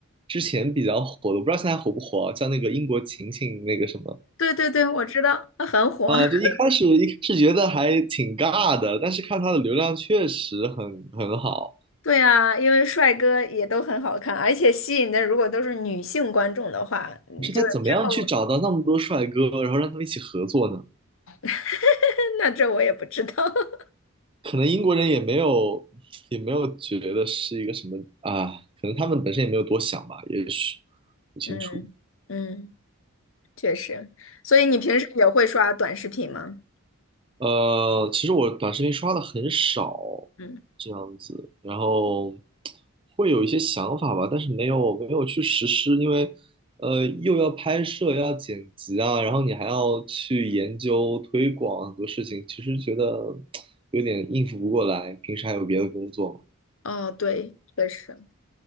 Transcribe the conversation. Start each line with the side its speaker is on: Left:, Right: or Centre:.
Right: 之前比较火的，我不知道现在火不火啊，叫那个英国晴晴那个什么。
Left: 对对对，我知道它很火。
Right: 啊，
Left: <laughs>
Right: 就一开始一开始觉得还挺尬的，但是看他的流量确实很很好。
Left: 对啊，因为帅哥也都很好看，而且吸引的如果都是女性观众的话，嗯就是之后
Right: 可是他怎么样去找到那么多帅哥，然后让他们一起合作呢？
Left: <laughs> 那这我也不知道。<laughs>
Right: 可能英国人也没有也没有觉得是一个什么啊，可能他们本身也没有多想吧，也许不清楚。
Left: 嗯嗯，确实。所以你平时也会刷短视频吗？
Right: 呃，其实我短视频刷的很少，
Left: 嗯，
Right: 这样子，然后会有一些想法吧，但是没有没有去实施，因为呃又要拍摄，要剪辑啊，然后你还要去研究推广很多事情，其实觉得 <tsk> 有点应付不过来，平时还有别的工作嘛
Left: 哦，对，确实。